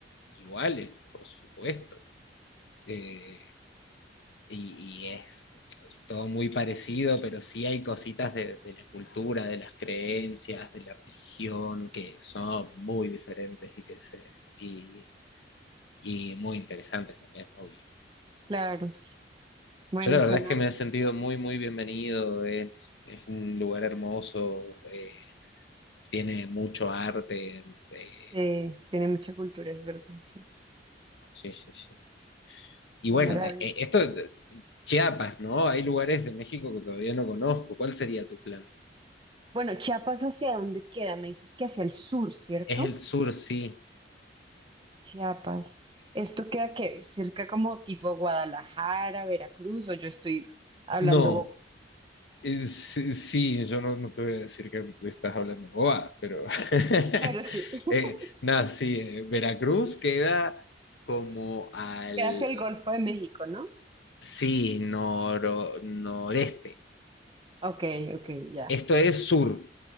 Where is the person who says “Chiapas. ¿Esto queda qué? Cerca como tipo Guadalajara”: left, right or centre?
Right